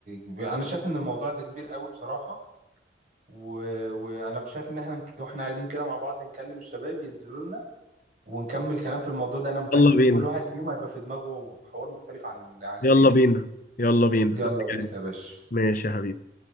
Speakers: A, on the right (about 40°); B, on the left (about 45°).
A: انا شايف ان الموضوع ده كبير قوي بصراحة و... وانا شايف ان احنا نك- واحنا قاعدين كده مع بعض نكلم الشباب ينزلوا لنا ونكمل كلام في الموضوع ده انا متأكد
B: يلا
A: ان
B: بينا
A: كل واحد فيهم هيبقى في دماغه حوار مختلف عن عن التاني
B: يلا بينا يلا بينا
A: يلا
B: أنا
A: بينا
B: جاهز.
A: يا باشا
B: ماشي يا حبيبي